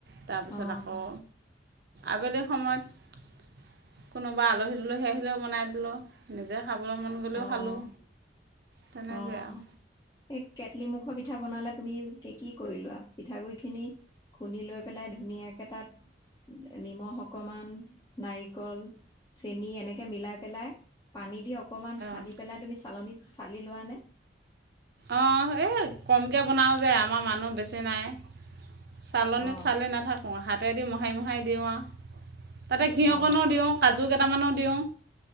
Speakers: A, on the right; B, on the left.
A: তাৰপিছত
B: অ',
A: আকৌ। আবেলি সময়ত কোনোবা আলহী দুলহী আহিলেও বনাই দিলোঁ নিজে। খাবলৈ মন গ'লেও
B: অ'
A: খালোঁ তেনেকৈ
B: অ'
A: আৰু
B: এই কেটলি মুখৰ পিঠা বনালে। তুমি কি কৰিলোৱা পিঠাগুৰি খিনি খুন্দি লৈ পেলাই ধুনীয়াকে তাত। নিমখ অকমান। নাৰিকল চেনী এনেকে মিলাই পেলাই পানী দিয়ক অকমান সানি
A: অঁ
B: পেলাই তুমি চালনীত চালি লোৱা নে?
A: অ' এই কমকৈ বনাওঁ যে আমাৰ মানুহ বেছি নাই। চালনিত
B: অ
A: চালি নাথাকোঁ। হাতেদি মোহোৰি মোহাৰি দিওঁ আৰু তাতে ঘিউ
B: অ
A: অকণো দিওঁ। কাজু কেইটামানো দিওঁ।